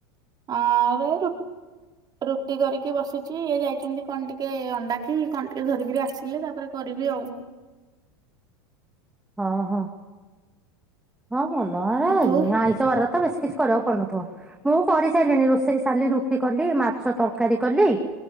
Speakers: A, on the right (about 30°); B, in the centre.
A: ଆରେ ରୁଟି କରିକି ବସି ଚି ଇଏ ଯାଇଛନ୍ତି କଣ ଟିକେ ଅଣ୍ଡା କି କଣ ଟିକେ ଧରିକରି ଆସିଲେ ତାପରେ କରିବି ଆଉ।
B: ହଁ ହଁ। ହଁ ଭଲ ଆଡେ
A: ତୁ
B: ଆଇଁଷ ବାରରେ ତ ବେଶୀ କିଛି କରିବାକୁ ପଡୁନଥିବ। ମୁଁ କରିସାରିଲିଣି ରୋଷେଇ ସାରିଲି ରୁଟି କଲି, ମାଛ ତରକାରୀ କଲି।